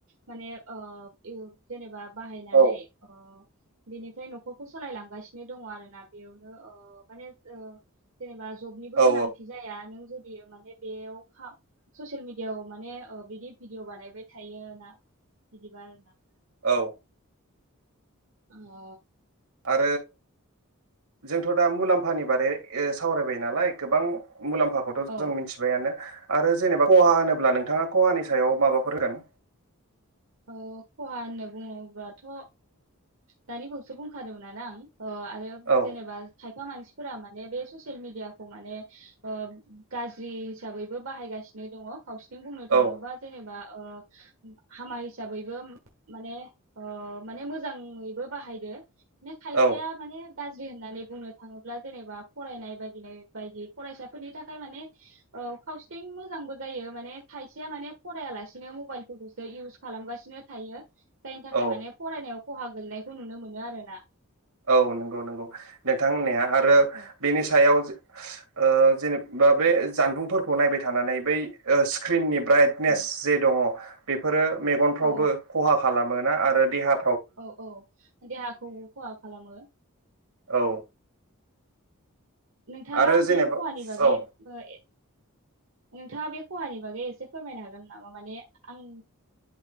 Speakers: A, on the right (about 60°); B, on the right (about 80°).
A: माने ओ ओ जेनेबा बाहायनानै
B: औ
A: अह बेनिफ्राय नख'रखौ सालायलांगासिनो दङ आरोना बेयावनो ओ माने ओ जेनेबा जबनिबो
B: औ
A: गोनांथि जाया नों जु बियो माने बेयाव खा ससेल मिडियाव माने ओ बिदि भिडिअ बानायबाय थायो ना बिदिबा आरो ना
B: औ।
A: ओ
B: ओ जोंथ दा मुलाम्फानि बारै ओ सावरायबाय नालाय गोबां मुलाम्फाखौथ'
A: औ
B: जों मिथिबायानो आरो जेनेबा खहा होनोब्ला नोंथाङा कहानि सायाव माबाफोर होगोन?
A: खहा होननो बुङोब्लाथ' दानि बसो बुंखादोंमोन ना आं। अ आरो
B: औ
A: जेनेबा थाय खफा मानसिफोरा माने बे ससियेल मिडियाखौ माने ओ गाज्रि हिसाबैबो बाहायगासिनो दङ खावसे। नों बुंनो थाङोबा
B: औ
A: जेनेबा ओ हामाय। हिसाबैबो <inaudible> माने ओ माने मोजाङैबो बाहायदो ना खायफाया
B: औ
A: माने। गाज्रि होननानै बुंनो थाङोब्ला जेनेबा फरायनाय बायदि बायदि फरायसाफोरनि थाखाय माने कावसेथिं मोजांबो जायो माने खायसेया माने फरायालासिनो मबाइलफोरखौसो इउस। खालामगासिनो थायो। जायनि थाखाय
B: औ
A: माने फरायनायाव। खहा गोनायखौ नुनो मोनो आरो ना।
B: औ नंगौ नंगौ नोंथां होन्नाया आरो
A: औ
B: बिनि सायाव। ओ जेनेबा बे जानबुंफोरखौ नायबाय थानानै बै स्क्रिननि। ब्राइटनेस
A: औ
B: जे दङ। बेफोरो। मेगनफ्रावबो
A: औ
B: खहा खालामो। मोना आरो देहा
A: औ औ देहाखौ खहा खालामो।
B: औ।
A: नोंथाङा
B: आरो
A: बे
B: जेनेबा
A: खहानि बागै
B: औ
A: ए नोंथाङा बे खहानि बागै एसे फोरमायनो हागोन नामा? माने आं